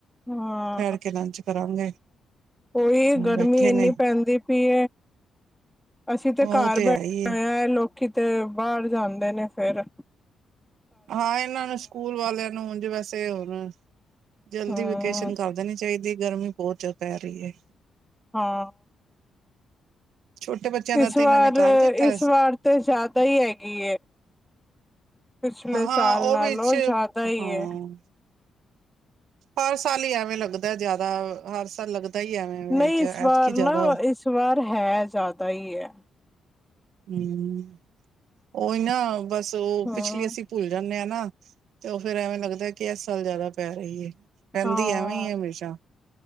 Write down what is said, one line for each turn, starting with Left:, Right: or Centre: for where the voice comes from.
Centre: ਹਾਂ
Right: ਠਹਿਰ ਕੇ ਲੰਚ ਕਰਾਂਗੇ
Centre: ਉਈ ਗਰਮੀ
Right: ਬੈਠੇ
Centre: ਇੰਨੀ
Right: ਨੇ
Centre: ਪੈਂਦੀ ਪਈ ਅਸੀਂ ਤੇ
Right: ਉਹ
Centre: ਘਰ ਬੈਠ
Right: ਹੈ ਹੀ ਹੈ
Centre: ਆ ਲੋਕ ਕਿਤੇ ਬਾਹਰ ਜਾਂਦੇ ਨੇ ਫਿਰ
Right: ਹਾਂ ਇਹਨਾਂ ਨੂੰ ਸਕੂਲ ਵਾਲਿਆਂ ਨੂੰ ਹਣ ਜ ਵੈਸੇ ਹੁਣ ਜਲਦੀ
Centre: ਹੂੰ
Right: ਵੇਕੇਸ਼ਨ ਕਰ ਦੇਣੀ ਚਾਹੀਦੀ ਗਰਮੀ ਬਹੁਤ ਪੈ ਰਹੀ ਹੈ।
Centre: ਹਾਂ
Right: ਛੋਟੇ ਬੱਚਿਆਂ ਦਾ
Centre: ਇਸ
Right: ਤੇ
Centre: ਵਾਰ
Right: ਇਹਨਾਂ ਨੇ ਕਰ ਦਿੱਤਾ
Centre: ਇਸ ਵਾਰ ਤੇ ਜ਼ਿਆਦਾ ਹੀ ਹੈਗੀ ਪਿਛਲੇ
Right: ਹਾਂ
Centre: ਸਾਲ
Right: ਉਹ
Centre: ਨਾਲੋਂ
Right: ਵਿੱਚ
Centre: ਜ਼ਿਆਦਾ ਹੀ
Right: ਹਾਂ ਹਰ ਸਾਲ ਹੀ ਐਵੇਂ ਲੱਗਦਾ ਜ਼ਿਆਦਾ ਹਰ ਸਾਲ ਲੱਗਦਾ ਹੀ ਐਵੇਂ
Centre: ਨਹੀਂ ਇਸ
Right: ਐਤਕੀ
Centre: ਵਾਰ
Right: ਜ਼ਿਆਦਾ
Centre: ਨਾ
Right: ਹੂੰ
Centre: ਇਸ ਵਾਰ ਹੈ ਜ਼ਿਆਦਾ ਤਾਹੀ ਹੈ
Right: ਹਮ ਉਹਹੀ ਨਾ ਬਸ ਉਹ
Centre: ਹਾਂ
Right: ਪਿਛਲੀ ਅਸੀਂ ਭੁੱਲ ਜਾਂਦੇ ਹਾਂ ਨਾ ਤੇ ਉਹ ਫੇਰ ਐਵੇਂ ਲੱਗਦਾ ਕਿ ਇਸ ਸਾਲ ਜ਼ਿਆਦਾ ਪੈ ਰਹੀ ਹੈ ਰਹਿੰਦੀ
Centre: ਹਾਂ
Right: ਐਵੇਂ ਹੀ ਆ ਹਮੇਸ਼ਾ